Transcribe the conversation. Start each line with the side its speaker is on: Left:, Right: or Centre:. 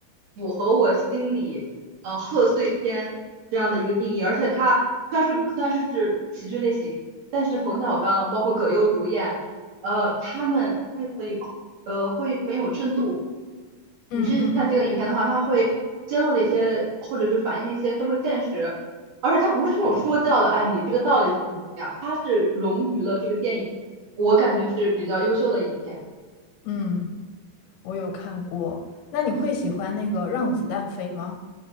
Right: 符合我心里呃贺岁片这样的一个定义，而且它虽然说虽然说是喜剧类型，但是冯小刚包括葛优主演。呃，他们会很有，呃，会很有深度。你去看这个影片的话，
Left: 嗯嗯
Right: 它会揭露了一些，或者是反映了一些社会现实，而且它不是那种说教的，哎，你这个道理怎么怎么样，它是融于了这个电影，我感觉是比较优秀的影片。
Left: 嗯嗯，我有看过。那你会喜欢那个《让子弹飞》吗？